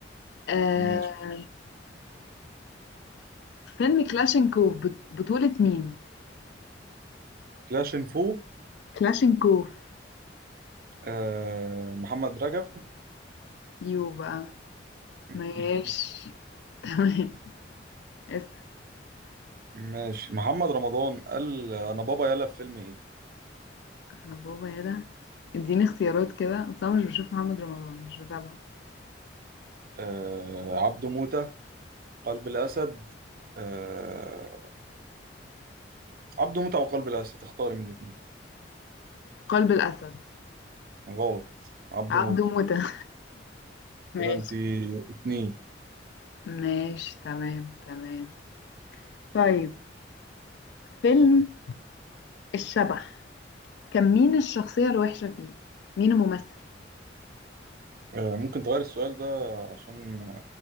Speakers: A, on the left; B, on the right.
A: آه
B: ماشي
A: فيلم كلاشينكوف بط- بطولة مين؟
B: كلاش انفو
A: كلاشينكوف
B: آه محمد رجب
A: يو بقى
B: <laughs>
A: ماشي <laughs> تمام اسأل
B: ماشي محمد رمضان قال انا بابا يلا في فيلم ايه
A: انا بابا يا ده اديني اختيارات كده اصل انا مش بشوف محمد رمضان مش بتابعه
B: آه عبده موتة قلب الاسد آه عبده موتة او قلب الاسد اختاري من الاثنين
A: قلب الاسد
B: غلط عبده
A: عبده
B: موتة
A: موتة ماشي
B: كده انت اتنين
A: ماشي تمام تمام طيب فيلم الشبح كان مين الشخصية الوحشة فيه؟ مين الممثل؟
B: آه ممكن تغير السؤال ده عشان